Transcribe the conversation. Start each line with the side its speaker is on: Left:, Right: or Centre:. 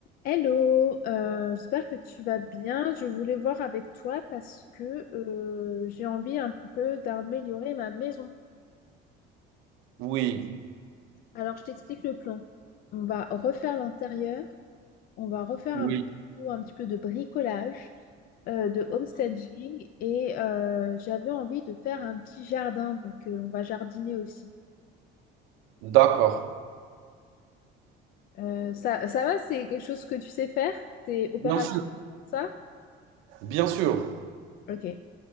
Left: Hello, euh, j'espère que tu vas bien. Je voulais voir avec toi parce que euh, j'ai envie un peu d'améliorer ma maison.
Right: Oui,
Left: Alors, je t'explique le plan. On va refaire l'intérieur, on va refaire
Right: oui,
Left: un, petit peu un petit peu de bricolage, euh, de homestaging et euh, j'avais envie de faire un petit jardin, donc euh, on va jardiner aussi.
Right: d'accord.
Left: Euh, ça, ça va, c'est quelque chose que tu sais faire? T'es opérationnel,
Right: Bien sûr,
Left: ça?
Right: bien sûr.
Left: Ok.